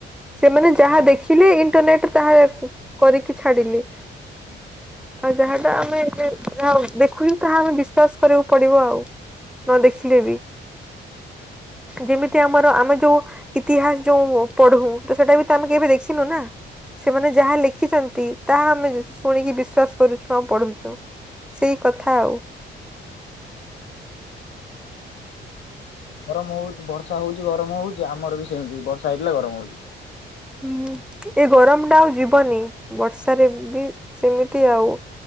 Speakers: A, in the centre; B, on the left.
A: ସେମାନେ ଯାହା
B: ହଁ।
A: ଦେଖିଲେ, ଇଣ୍ଟରନେଟ୍ ରେ ତାହା କରିକି ଛାଡ଼ିଲି।
B: ହୁଁ,
A: ଆଉ, ଯାହାଟା ଆମେ-ଏ-ଏ ଯାହା ଦେଖୁଛୁ, ତାହା ଆମେ ବିଶ୍ଵାସ କରିବାକୁ ପଡିବ ଆଉ। ନ ଦେଖିଲେ ବି
B: <inaudible>
A: ଯେମିତି ଆମର ଆମେ ଯୋଉ ଇତିହାସ ଯୋଉଁ ପଢୁଁ! ତ ସେଟା ବି ତ ଆମେ କେବେ ଦେଖିନୁନା, ସେମାନେ ଯାହା ଲେଖିଛନ୍ତି ତାହା ଆମେ ଯେ ଶୁ-ଶୁଣିକି ବିଶ୍ଵାସ କରୁଛୁ, ଆଉ ପଢୁଁଛୁ ସେଇ କଥା ଆଉ।
B: ଗରମ ହଉ, ବର୍ଷା ହଉଛି ଗରମ ହଉଛି। ଆମର ବି ସେମିତି ବର୍ଷା ହେଇଥିଲା, ଗରମ ହଉଚି।
A: ହୁଁ, ଏ ଗରମ ଟା ଆଉ ଯିବନି। ବର୍ଷାରେ ବି ସେମିତି ଆଉ